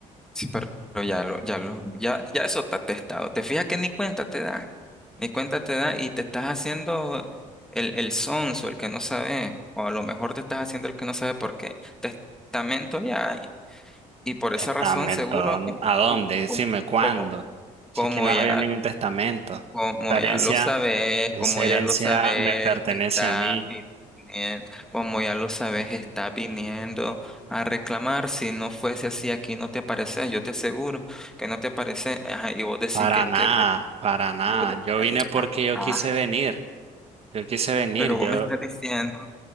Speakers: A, in the centre; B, on the right.
A: Sí, pero, pero ya lo, ya lo, ya, ya eso está testado. Te fijas que ni cuenta te da. Ni cuenta te da y te estás haciendo el, el sonso, el que no sabe. O a lo mejor te estás haciendo el que no sabe porque testamento ya hay. Y por
B: Testamento,
A: esa razón, seguro, co-
B: ¿a dónde?
A: co-
B: Decime
A: co-
B: cuándo.
A: como,
B: Si
A: como
B: aquí no había
A: ya
B: ningún testamento.
A: Como
B: La
A: ya
B: herencia,
A: lo sabes,
B: esa
A: como ya
B: herencia
A: lo sabes,
B: me pertenece
A: está
B: a mí.
A: viniendo, como ya lo sabes, está viniendo a reclamar. Si no fuese así, aquí no te aparece, yo te aseguro que no te aparece. Ajá, y vos decís
B: Para
A: que,
B: nada,
A: que te-
B: para nada.
A: vos de-
B: Yo vine porque yo
A: Ah,
B: quise venir. Yo quise venir.
A: pero vos
B: Yo
A: me estás diciendo,